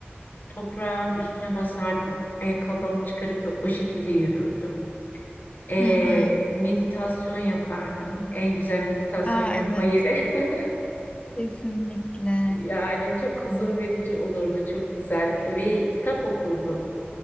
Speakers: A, on the left; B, on the left.
A: e, toprağın üstüne basardım. Ayakkabımı çıkarıp o şekilde yürürdüm. Ee,
B: Hı hı.
A: meditasyon yapardım. En güzel meditasyon
B: Aa
A: yapma
B: evet.
A: yeri. <laughs>
B: Kesinlikle.
A: Yani çok huzur verici olurdu, çok güzel. Ve kitap okurdum.